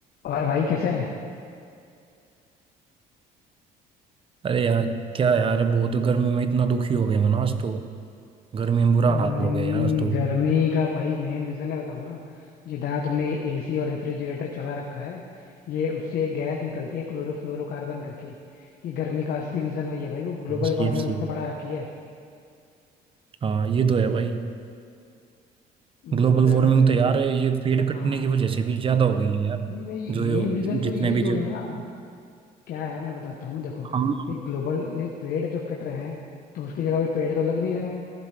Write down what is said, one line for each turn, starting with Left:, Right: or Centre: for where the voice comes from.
Left: और भाई कैसे है
Right: अरे यार क्या यार बहुत गर्मी में इतना दुखी हो गया मैं ना आज तो गर्मी में बुरा
Left: भाई
Right: हाल हो गया यार आज तो
Left: गर्मी का भाई मेन रीजन है बताऊं ना जितना तुमने एसी और रेफ्रिजरेटर चला रखा है ये उससे एक गैस निकलती है क्लोरोफ्लोरोकार्बन करके ये गर्मी का असली रीजन वही है भाई वो ग्लोबल
Right: सीएफसी
Left: वार्मिंग उसने बढ़ा रखी है
Right: हाँ ये तो है भाई
Left: मतलब
Right: ग्लोबल
Left: अगर
Right: वार्मिंग
Left: मैं
Right: तो यार ये पेड़ कटने
Left: हाँ
Right: की वजह से भी ज्यादा हो गई है यार
Left: नहीं भाई
Right: जो
Left: मेन
Right: यो-
Left: रीजन तो
Right: जितने
Left: यही दोनों
Right: भी जो
Left: है ना क्या है मैं बताता हूँ देखो
Right: हाँ
Left: ये ग्लोबल ये पेड़ जो कट रहे हैं तो उसकी जगह पे पेड़ तो लग नहीं रहे हैं